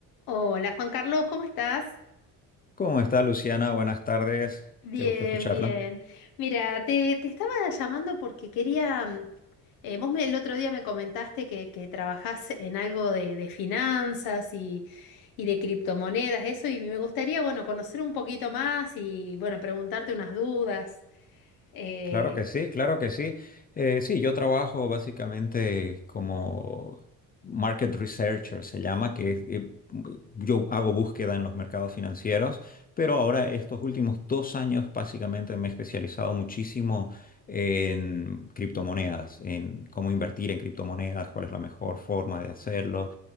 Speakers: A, on the left (about 75°); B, on the left (about 25°).
A: Hola Juan Carlos, ¿cómo estás?
B: ¿Cómo está Luciana? Buenas tardes.
A: Bien,
B: Qué gusto escucharla.
A: bien. Mira, te, te estaba llamando porque quería, mm, eh, vos me, el otro día me comentaste que, que trabajás en algo de, de finanzas y, y de criptomonedas, eso, y me gustaría, bueno, conocer un poquito más y, bueno, preguntarte unas dudas. Eh,
B: Claro que sí, claro que sí. Eh, sí, yo trabajo básicamente como market researcher, se llama, que es, eh, yo hago búsqueda en los mercados financieros, pero ahora estos últimos dos años básicamente me he especializado muchísimo en criptomonedas, en cómo invertir en criptomonedas, cuál es la mejor forma de hacerlo.